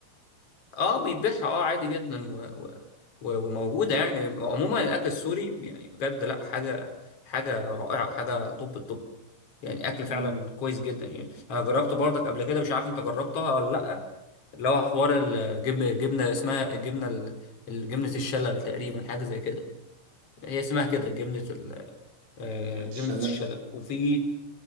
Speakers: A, on the left (about 30°); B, on the right (about 85°).
A: اه بيبيعها اه عادي جدا و... و... و- وموجودة يعني عموما الأكل السوري يعني بجد لا حاجة حاجة رائعة حاجة طب الطب يعني أكل فعلا
B: امم
A: كويس جدا يعني أنا جربته برضك قبل كده مش عارف أنت جربتها ولا لأ اللي هو حوار الجبن جبنة اسمها الجبنة ال- الجبنة الشلل تقريبا حاجة زي كده هي اسمها كده جبنة ال... آه،
B: ابنة الشلال
A: جبنة الشلل وفي